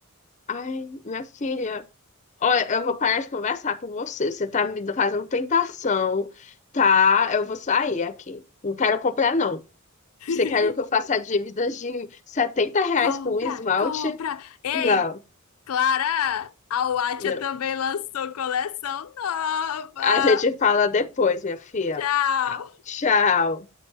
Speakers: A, on the left; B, on the left.
A: Ai, minha filha. Olha, eu vou parar de conversar com você. Você tá me fazendo tentação, tá? Eu vou sair aqui. Não quero comprar, não.
B: <laughs>
A: Você quer que eu faça dívidas de 70 reais
B: Compra,
A: com um esmalte?
B: compra. Ei,
A: Não,
B: Clara, a Watcha
A: não.
B: também lançou coleção nova.
A: A gente fala depois, minha filha.
B: Tchau.
A: Tchau.